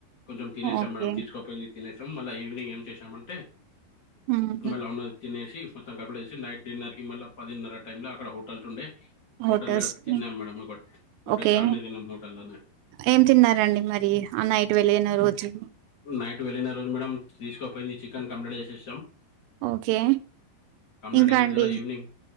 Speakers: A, on the left; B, on the right.
A: కొంచెం తినేసాం
B: ఓకే.
A: మేడం తీసుకోపోయింది తినేసాం, మళ్ళా ఈవినింగ్ ఏం చేశామంటే
B: హుహు.
A: మళ్ళ ఉన్నది తినేసి మొత్తం కంప్లీట్ చేసి నైట్ డిన్నర్ కి మళ్ళా పదిన్నర టైమ్ ల అక్కడ హోటల్స్ ఉండే
B: హోటల్స్‌కి
A: హోటళ్ల తిన్నాం మేడం ఒక టూ
B: ఓకే.
A: డేస్ ఆడనే తిన్నాం హోటళ్లనే
B: ఏం తిన్నారండి మరి ఆ నైట్ వెళ్ళిన రోజు?
A: నైట్ వెళ్ళిన రోజు మేడం తీసుకుపోయింది చికెన్ కంప్లీట్ చేసేసాం.
B: ఓకే.
A: కంప్లీట్
B: ఇంకా
A: అయిపోయిన
B: అండి
A: తర్వాత ఈవినింగ్